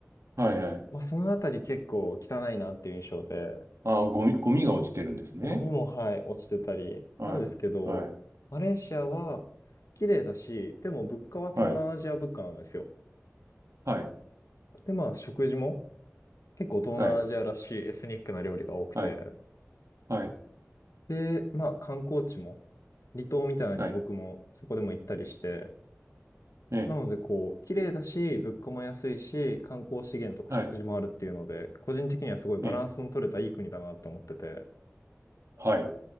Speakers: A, on the right; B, on the left.
A: はい。はい。
B: まあそのあたり結構汚いなっていう印象で、
A: あー、ゴミ、ゴミが落ちてるんですね。
B: ゴミも、はい、落ちてたり。
A: はい。
B: なんですけど、
A: はい。
B: マレーシアは綺麗だし、でも物価は東南アジア物価なんですよ。
A: はい。はい。
B: で、まあ食事も結構東南アジアらしいエスニックな料理が多くて。
A: はい。はい。はい。
B: で、まあ観光地も離島みたいなのに僕もそこでも行ったりして。
A: はい。はい。
B: なのでこう、綺麗だし、物価も安いし、観光資源とか食事もあるっていうので、
A: はい。
B: 個人的にはすごいバランスの取れたいい国だなって思ってて。
A: ええ。はい。